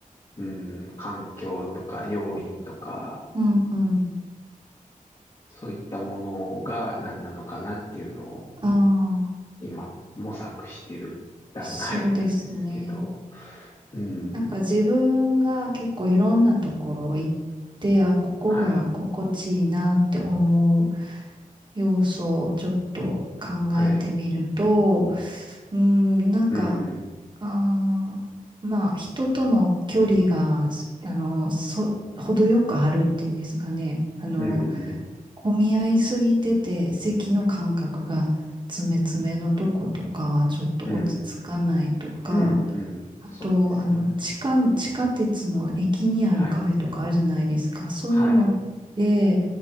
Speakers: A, on the left; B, on the right.
A: うん、環境とか要因とか、
B: うん。
A: そういったものが何なのかなっていうのを
B: あ
A: 今模索してる段階なんですけど、
B: あ、そうですね。
A: うん、
B: なんか自分が結構いろんなところ行って、あ、ここが心地いいなって思う。
A: はい、
B: 要素をちょっと考えてみると、
A: はい。
B: うーん、なんか、
A: うん、
B: あーまあ、人との距離が、あの、そ、程よくあるっていうんですかね。あの、
A: うん、うん、
B: 混み合いすぎてて、席の間隔が詰め詰めのとことかはちょっと落ち着かないとか、
A: うん、うん、
B: あと、
A: そうですね。
B: あの、地下、地下鉄の駅にあるカフェとかあるじゃないですか。
A: はい、
B: そういうのって、
A: はい、